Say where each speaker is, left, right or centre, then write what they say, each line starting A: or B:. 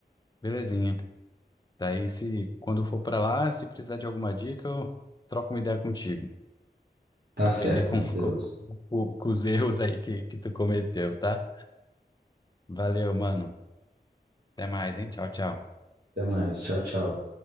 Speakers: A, on the left; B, on the right.
A: Belezinha. Daí, se quando eu for pra lá, se precisar de alguma dica, eu troco uma ideia contigo.
B: Tá
A: Aprender
B: certo,
A: com,
B: Matheus.
A: <laughs> com, com- com os erros aí que, que tu cometeu, tá? Valeu, mano. Até mais, hein? Tchau, tchau.
B: Até mais. Tchau, tchau.